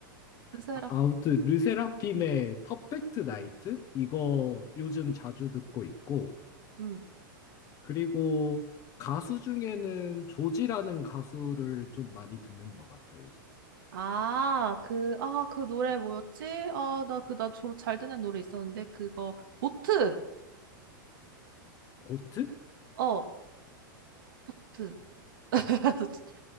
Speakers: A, on the right; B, on the left.
A: 르세라.
B: 아, 아무튼, 르세라핌의 퍼펙트 나이트? 이거 요즘 자주 듣고 있고,
A: 음.
B: 그리고 가수 중에는 조지라는 가수를 좀 많이 듣는 것 같아요, 요즘.
A: 아, 그, 아, 그 노래 뭐였지? 아, 나 그, 나 주로 잘 듣는 노래 있었는데, 그거, 보트!
B: 보트?
A: 어, 보트. <laughs>